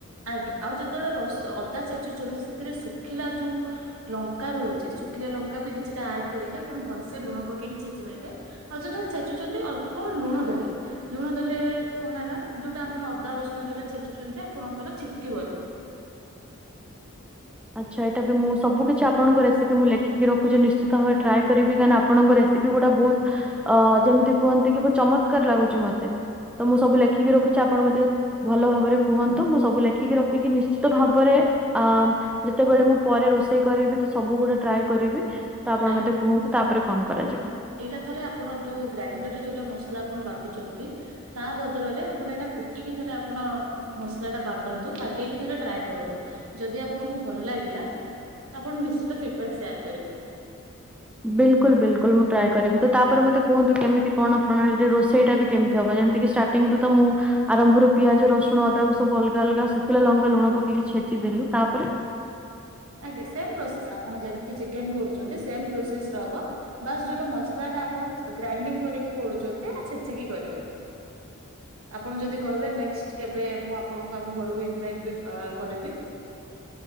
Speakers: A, on the right; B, in the centre.
A: ଆଗ୍ ଆଉ ଯେତେବେଳେ ରସ୍ ଅଦା ଛେଚୁଛନ୍ତି, ସେଥିରେ ଶୁଖିଲା ଯୋଉ ଲଙ୍କା ରହୁଛି ଶୁଖିଲା ଲଙ୍କା ବି କିଛିଟା ଆଡ କରିକି ଆପଣ ଭଲସେ ଲୁଣ ପକେଇକି ଛେଚିଦବେ। ଆଉ ଯେତେବେଳେ ଛେଚୁଛନ୍ତି, ଅଳ୍ପ ଲୁଣ ଦେବେ ଲୁଣ ଦେଲେ କଣ ହେଲା ଯୋଉଟା ଆପଣ ଅଦା ରସୁଣ ଯୋଉଟା ଛେଚୁଛନ୍ତି, ଆପଣଙ୍କର ଛିଟକିବନି।
B: ଆଚ୍ଛା ଏଇଟା ବି ମୁଁ ସବୁ କିଛି ଆପଣଙ୍କ ରେସିପି ମୁଁ ଲେଖିକି ରଖୁଛି, ନିଶ୍ଚିତ ଭାବେ ଟ୍ରାଏ କରିବି କାହିଁକ ନା ଆପଣଙ୍କ ପି ଗୁଡା ବହୁତ ଅ ଯେମିତି କୁହନ୍ତି କି, ବହୁତ ଚମତ୍କାର ଲାଗୁଛି ମତେ। ତ ମୁଁ ସବୁ ଲେଖିକି ରଖୁଛି, ଆପଣ ମତେ ଭଲ ଭାବରେ କୁହନ୍ତୁ, ମୁଁ ସବୁ ଲେଖିକି ରଖିକି ନିଶ୍ଚିତ ଭାବରେ ଅ ଯେତେବେଳେ ମୁଁ ପରେ ରୋଷେଇ କରିବି, ତ ସବୁ ଗୁଡା ଟ୍ରାଏ କରିବି, ତ ଆପଣ
A: ଆଜ୍ଞା।
B: ମତେ କୁହନ୍ତୁ, ତାପରେ କଣ କରାଯିବ?
A: ଏଇଟା ଥରେ ଆପଣ ଯୋଉ ଗ୍ରାଇଣ୍ଡର ରେ ଯୋଉଟା ମସଲା ଆପଣ ବାଟୁଛନ୍ତି ତା ବଦଳରେ, ଆପଣ ଏଇଟା କୁଟିକି ଥରେ ଆପଣ ମସଲା ଟା ବାଗନ୍ତୁ ବାଗେଇକି ଥରେ ଟ୍ରାଏ କରନ୍ତୁ, ଯଦି ଆପଣଙ୍କୁ ଭଲ ଲାଗିଲା ଆପଣ ନିଶ୍ଚିତ ଫିଡବାକ୍ ସେୟାର କରିବେ।
B: ବିଲକୁଲ ବିଲକୁଲ ମୁଁ ଟ୍ରାଏ କରିବି, ତ ତାପରେ ମତେ କୁହନ୍ତୁ, କେମିତି କଣ ପ୍ରଣାଳୀରେ ରୋଷେଇଟା ବି କେମିତି ହବ। ଯେମିତି ତ ମୁଁ ଆରମ୍ଭରୁ ପିଆଜ, ରସୁଣ, ଅଦାକୁ ସବୁ ଅଲଗା ଅଲଗା ଶୁଖିଲା, ଲଙ୍କା, ଲୁଣ ପକେଇକି ଛେଚି ଦେଲି, ତାପରେ
A: ଆଜ୍ଞା ସେମ ପ୍ରୋସେସ ଆପଣ ଯେମତି ଚିକେନ କରୁଛନ୍ତି, ସେମ ପ୍ରୋସେସ ରେ ହବ। ବାସ୍ ଯୋଉଟା ମସଲା ଟା ଆପଣ ଗ୍ରାଇଣ୍ଡି କରିକି କରୁଛନ୍ତି, ଛେଚିକି କରିବେ ଆପଣ ଯଦି କହିବେ, ନେଷ୍ଟ କେବେ ମୁଁ ଆପଣଙ୍କୁ ଆମ ଘରକୁ ଇନଭାଇଟ ବି କରିବି।